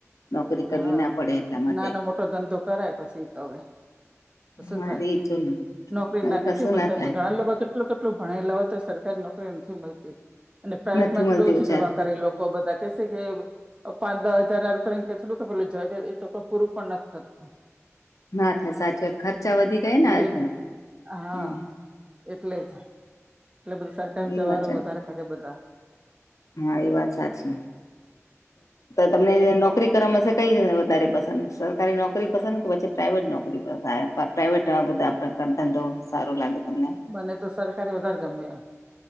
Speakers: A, on the left (about 90°); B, on the right (about 20°).
A: નોકરી કરવી
B: હા
A: ના પડે એટલા મા
B: નાનો મોટો ધંધો કરાય પછી તો હવે. શું
A: હા
B: થાય
A: એ જોયું
B: નોકરી
A: હવે
B: ના નથી
A: કશું
B: મળતા
A: ના થાય
B: પણ <unintelligible> લોકો કેટલું કેટલું ભણેલા હોય તો સરકારી નોકરી નથી મળતી. અને પ્રાઇવેટમાં
A: નથી મળતી
B: થોડું ઓછું
A: બચાર
B: જવા કરે. લોકો બધા કેસે કે પાંચ દહ હજાર <unintelligible> જ એ તો પણ પૂરું પણ નથી થતું.
A: ના થાય સાચું ખર્ચા વધી ગયાને
B: એટલે
A: આજ હમ.
B: હા એટલે જ એટલે બધા સરકાર ન જવારો
A: એ વાત
B: વધારે કરે બધા
A: હા એ વાત સાચી. તમને નોકરી કરવામાંશે કઈ વધારે પસંદ સરકારી નોકરી પસંદ કે પછી પ્રાઇવેટ નોકરી પસંદ આવે? પ્રાઇવેટ બધા આપકાર ધંધો સારો લાગે તમને.
B: મને તો સરકારે વધારે ગમે એમ.